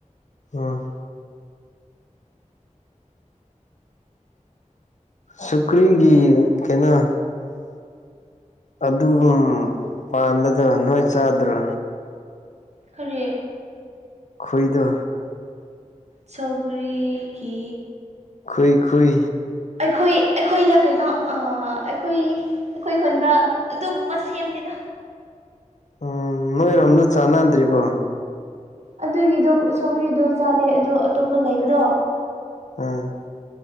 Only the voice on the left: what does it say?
ꯎꯝ ꯁꯨꯀ꯭ꯔꯤꯒꯤ ꯀꯩꯅꯣ ꯑꯗꯨꯒꯨꯝ ꯄꯥꯟꯕꯗ ꯅꯣꯏ ꯆꯥꯗ꯭ꯔꯣ
ꯈꯏꯗꯣ
ꯈꯨꯏ ꯈꯏ
ꯎꯝ ꯅꯣꯏꯔꯣꯝꯗ ꯆꯥꯟꯅꯗ꯭ꯔꯤꯕꯣ
ꯑꯝ